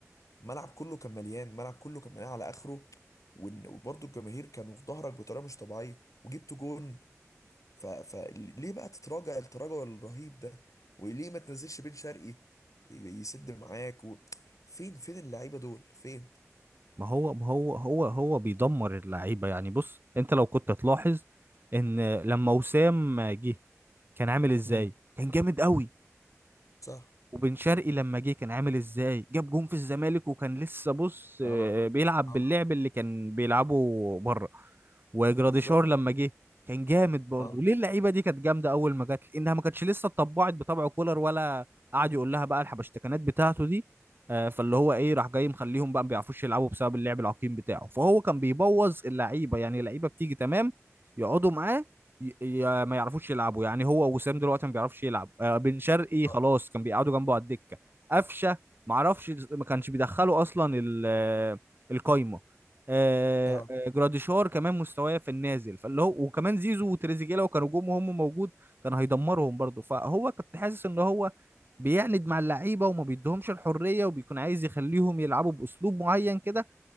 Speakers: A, on the left (about 90°); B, on the right (about 40°).
A: الملعب كله كان مليان الملعب كله كان مليان على اخره وإن- وبرضه الجماهير كانوا في ظهرك بطريقه مش طبيعيه وجبت جون ف... فليه بقى تتراجع التراجع الرهيب ده وليه ما تنزلش بن شرقي ي- يسد معاك و... فين فين اللعيبه دول فين
B: ما هو ما هو هو هو بيدمر اللعيبه يعني بص انت لو كنت تلاحظ ان لما وسام جه كان عامل ازاي
A: امم
B: كان جامد قوي
A: صح
B: وبن شرقي لما جه كان عامل ازاي جاب جون في الزمالك وكان لسه بص
A: اه
B: آه، بيلعب
A: اه
B: باللعب اللي كان بيلعبه بره وجراديشار
A: بالظبط
B: لما جه كان جامد برضه
A: اه
B: ليه اللعيبه دي كانت جامده اول ما جت لانها ما كانتش لسه اتطبعت بطبع كولر ولا قعد يقول لها بقى الحبشتكنات بتاعته دي آه، فاللي هو ايه راح جاي مخليهم بقى ما بيعرفوش يلعبوا بسبب اللعب العقيم بتاعه فهو كان بيبوظ اللعيبه يعني اللعيبه بتيجي تمام يقعدوا معاه ي- ي- ما يعرفوش يلعبوا يعني هو وسام دلوقتي ما بيعرفش يلعب آه، بن شرقي
A: اه
B: خلاص كان بيقعدوا جنبه على الدكه قفشه ما اعرفش ما كانش بيدخله اصلا ال- آه، القايمه آه،
A: اه
B: آه، جراديشار كمان مستواه في النازل فاللي هو وكمان زيزو وتريزيجيه لو كانوا جم وهم موجود كان هيدمرهم برضه فهو كنت حاسس ان هو بيعند مع اللعيبه وما بيدهمش الحريه وبيكون عايز يخليهم يلعبوا باسلوب معين كده